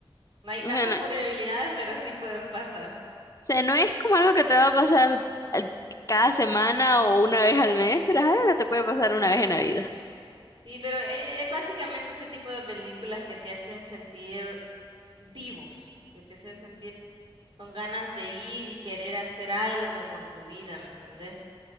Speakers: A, on the right; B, on the left.
A: No hay
B: Bueno,
A: tantas
B: o
A: probabilidades, pero sí pueden pasar.
B: sea, no es como algo que te va a pasar al- cada semana o una vez al mes, pero es algo que te puede pasar una vez en la vida.
A: Sí, pero eh, es básicamente ese tipo de películas que te hacen sentir vivos, que te hacen sentir con ganas de ir y querer hacer algo con tu vida, ¿me entendés?